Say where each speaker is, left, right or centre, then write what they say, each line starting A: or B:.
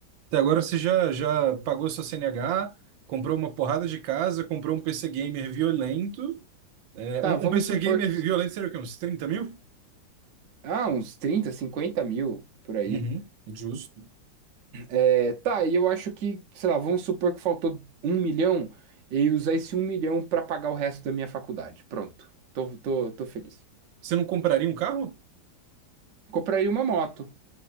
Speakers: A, on the right; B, on the right.
A: Até agora você já, já pagou sua CNH, comprou uma porrada de casa, comprou um PC gamer violento. É,
B: tá,
A: um,
B: vamos
A: um PC
B: supor
A: gamer
B: que,
A: violento seria o quê? Uns 30 mil?
B: ah, uns 30 50 mil, por aí.
A: Uhum, justo.
B: É, tá, e eu acho que, sei lá, vamos supor que faltou um milhão, eu ia usar esse um milhão pra pagar o resto da minha faculdade, pronto, tô, tô, tô feliz.
A: Você não compraria um carro?
B: Compraria uma moto.